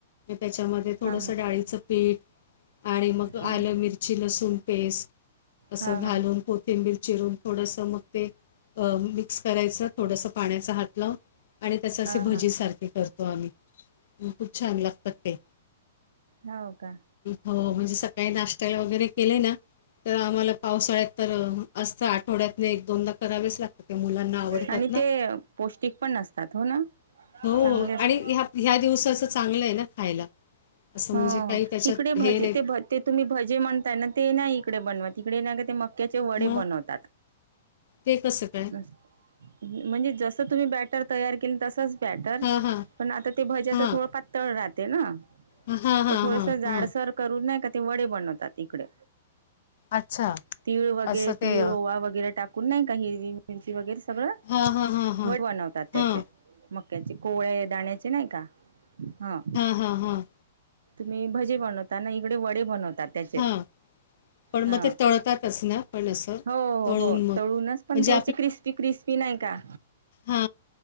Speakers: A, on the left; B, on the right.
A: त्याच्यामध्ये. थोडस
B: हा
A: डाळीचं पीठ आणि मग
B: हा
A: आलं
B: हा
A: मिरची. आल्ल लसूण पेस्ट अस
B: हा
A: घालून. <inaudible> चिरून थोडस मग ते मिक्स करायचं थोडस पाण्याचा हात लावून. आणि त्यास असे
B: हा
A: भजी
B: हा
A: सारखे करतो आम्ही खूप छान लागतात ते.
B: हो का.
A: हो म्हणजे सकाळी नाश्ता वगैरे केलेय ना. तर आम्हाला पावसाळ्यात तर असता आठवड्यात नाही एक दोनदा करावेच लागतात. मुलांना आवडतात
B: आणि ते
A: ना
B: पौष्टिक पण असतात हो ना
A: हो
B: चांगले असतात
A: आणि. <inaudible> ह्या दिवसाच चांगलं आहे ना खायला. असं
B: हो
A: म्हणजे काही त्याच्यात
B: इकडे
A: हे
B: भजे
A: नाही.
B: ते ते तुम्ही भजे म्हणताय ना ते नाही इकडे <inaudible> इकडे नाही का ते मग. त्याचे वडे
A: मग
B: बनवतात.
A: ते कसं काय?
B: म्हणजे जसं तुम्ही बॅटर तयार केलं तसंच बॅटर.
A: हां, हां.
B: पण आता ते भज्याच
A: हां.
B: थोडं पातळ राहते ना.
A: हां, हां,
B: ते थोडस
A: हां,
B: जाडसर
A: हां.
B: करून नाही का ते वडे बनवतात इकडे.
A: अच्छा.
B: तीळ वगैरे
A: असं ते
B: तीळ
A: अ,
B: ओवा वगैरे टाकून नाही काही. <unintelligible>
A: हां, हां, हां, हां.
B: वड बनवतात त्याचे
A: हां.
B: मक्याचे कोवळे दाण्याचे नाही का हा.
A: हा हा.
B: मी भजे बनवता ना इकडे वडे बनवता त्याचे.
A: हां. पण
B: हा
A: मग ते तळतातच ना पण असं
B: हो
A: तळून
B: हो
A: मग
B: तळूनच पण
A: म्हणजे
B: थोडसे क्रिस्पी. क्रिस्प नायका.
A: हा